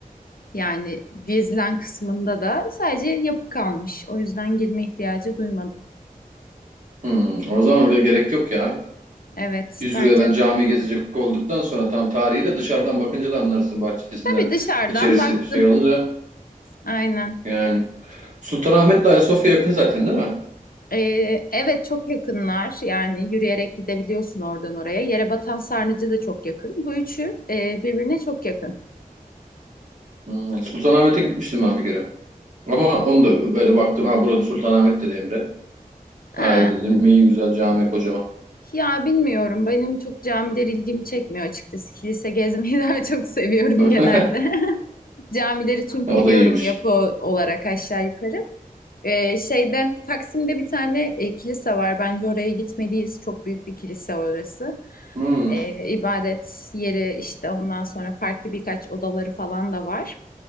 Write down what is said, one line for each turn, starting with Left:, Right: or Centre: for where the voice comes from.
Left: Yani gezilen kısmında da sadece yapı kalmış. O yüzden girme ihtiyacı duymadım.
Right: Hmm, o zaman oraya gerek yok ya.
Left: Evet,
Right: 100
Left: bence
Right: euroya ben cami
Left: de.
Right: gezecek olduktan sonra tam tarihi de dışarıdan bakınca da anlarsın bahçesinden.
Left: Tabii dışarıdan
Right: İçerisi
Left: baktım.
Right: şey olunca
Left: Aynen.
Right: yani. Sultanahmet'le Ayasofya yakın zaten değil mi?
Left: Ee, evet çok yakınlar yani yürüyerek gidebiliyorsun oradan oraya. Yerebatan Sarnıcı da çok yakın. Bu üçü e, birbirine çok yakın.
Right: Hmm, Sultanahmet'e gitmiştim ben bir kere. Ama onu da böyle baktım. Ha burada Sultanahmet dedi Emre.
Left: Ha,
Right: Ha dedim iyi güzel cami kocaman.
Left: ya bilmiyorum benim çok camiler ilgimi çekmiyor açıkçası. Kilise gezmeyi <laughs> daha çok seviyorum
Right: <laughs>
Left: genelde. <laughs> Camileri çünkü
Right: O
Left: biliyorum
Right: da iyiymiş.
Left: yapı olarak aşağı yukarı. Ee, şeyde Taksim'de bir tane e, kilise var. Bence oraya gitmeliyiz. Çok büyük bir kilise orası.
Right: Hmm.
Left: Ee, ibadet yeri işte ondan sonra farklı birkaç odaları falan da var.